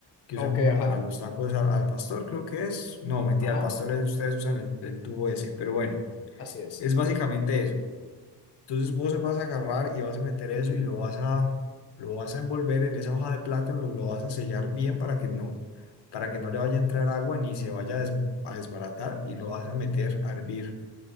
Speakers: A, on the left; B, on the left.
A: que
B: Ok,
A: usan como
B: ajá,
A: para los tacos al, al pastor, creo que es. No, mentira,
B: ajá.
A: al pastor es- ustedes usan el el tubo ese, pero bueno,
B: Así es.
A: es básicamente eso. Entonces vos vas a agarrar y vas a meter eso y lo vas a, lo vas a envolver en esa hoja de plátano, lo, lo vas a sellar bien para que no, para que no le vaya a entrar agua ni se vaya a, des- a desbaratar y lo vas a meter a hervir.